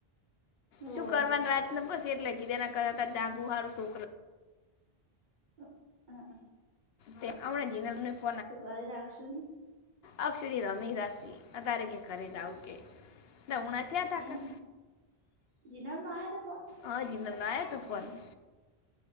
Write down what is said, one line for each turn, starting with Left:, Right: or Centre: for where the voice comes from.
Right: હોવે
Left: શું કરવાની રાજને પછ એટલે કીધેના કરતા જાગુહાર છોકરા.
Right: તો.
Left: તે આવના જના.
Right: સકાલે રાખશું.
Left: અ સુધી રમી રાસી અત્યારે કે ખરીદ આવ કે ઉણા. થયા તા
Right: એમ
Left: કર
Right: જ જીનામાં આયા તો ફોન.
Left: હા, જીમમાં આયો તો ફોન.